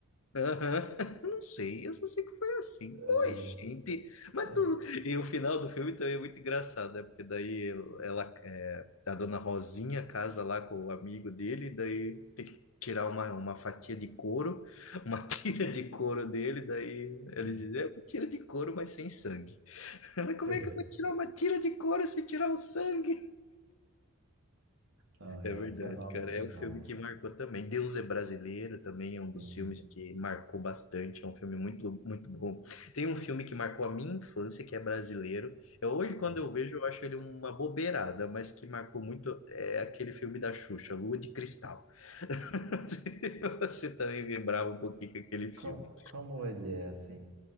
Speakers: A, on the left; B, on the right.
A: Aham, <laughs> Não sei, eu só sei que foi assim.
B: <laughs>
A: Oi, gente. Mas
B: É,
A: tu.
B: é,
A: E o final do filme também é muito engraçado, né? Porque daí ela, é, a dona Rosinha casa lá com o amigo dele, e daí tem que tirar uma, uma fatia de couro, uma <laughs> tira de couro dele, daí
B: é.
A: ele diz: É uma tira de couro, mas sem sangue. <laughs> Mas como é que
B: <laughs>
A: eu vou tirar uma tira de couro sem tirar o sangue?
B: Não, é
A: É verdade,
B: fenomenal.
A: cara. É o filme que marcou também. Deus é Brasileiro também é um dos
B: Sim,
A: filmes que marcou bastante. É um filme muito, muito bom. Tem um filme que marcou a minha infância, que é brasileiro. Eu, hoje,
B: não.
A: quando eu vejo, eu acho ele uma bobeirada, mas que marcou muito é aquele filme da Xuxa, Lua de Cristal. <laughs> Você também vibrava um pouquinho com aquele filme.
B: Como, como ele é assim?